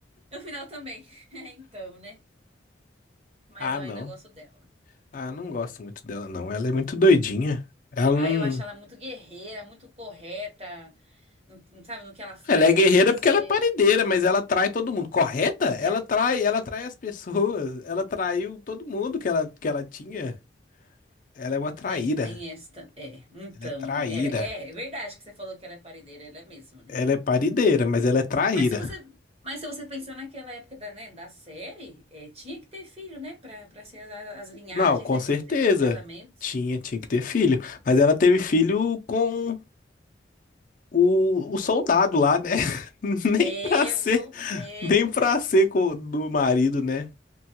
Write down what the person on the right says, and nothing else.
No final também. <laughs> É, então, né? Mas
eu
ainda gosto dela.
Ah,
eu acho ela muito guerreira, muito correta, no- no- sabe, no que ela faz
ali na série.
É,
é, tem esta. É, então,
né? Era, é, é verdade que você falou que ela é paredeira, ela é mesmo, né?
Mas se você, mas se você pensar naquela época da, né, da série, é, tinha que ter filho, né? Pra, pra ser as, as linhagens,
né?
Pra fazer bons casamentos.
É,
o soldado. É,